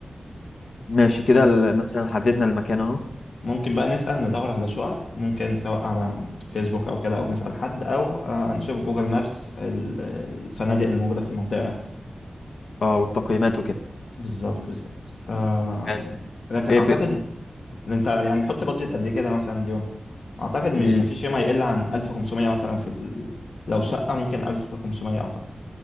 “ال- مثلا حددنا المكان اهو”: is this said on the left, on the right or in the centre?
Left